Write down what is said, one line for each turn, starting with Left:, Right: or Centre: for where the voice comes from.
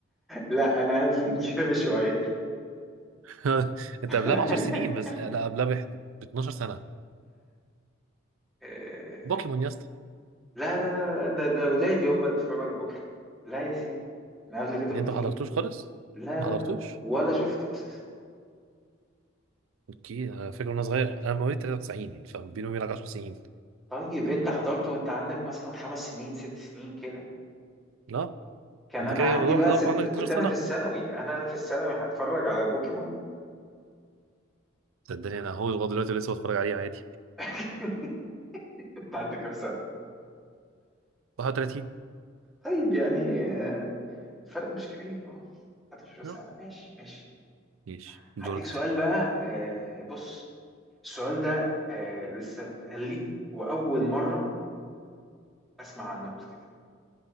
Centre: لا أنا قبل من كده بشوية
Right: <laughs> انت
Centre: <laughs>
Right: قبلها ب 10 سنين بس آه، لا قبلها ب ب 12 سنه
Centre: إيه،
Right: بوكيمون يا اسطى
Centre: لا لا لا ده ده ولادي هم اللي بيتفرجوا على بكرة لا يا سيدي أنا قبل كده
Right: اللي
Centre: بكتير
Right: انت ما حضرتوش خالص
Centre: لا
Right: ما
Centre: لا
Right: حضرتوش
Centre: لا ولا شفته أساسا
Right: اوكي انا فاكر وانا صغير انا مواليد 93 فبيني وبينك 10 سنين
Centre: طيب انت حضرت وانت عندك مثلا خمس سنين ست سنين كده
Right: لا
Centre: كان
Right: انت
Centre: انا
Right: كده
Centre: عندي
Right: لو
Centre: بقى
Right: حضرته
Centre: ست
Right: عندك 12
Centre: كنت انا
Right: سنه
Centre: في الثانوي انا انا في الثانوي هتفرج على بوكيمون
Right: صدقني انا هو لغايه دلوقتي لسه بتفرج عليه عادي
Centre: <laughs> انت عندك كام سنة
Right: 31
Centre: طيب يعني آه، الفرق مش كبير اه 11 سنة
Right: لا
Centre: ماشي ماشي
Right: ماشي دورك
Centre: هديك سؤال
Right: يا سيدي
Centre: بقى آه، بص السؤال ده آه، لسه متقال لي واول مرة اسمع عنه قبل كده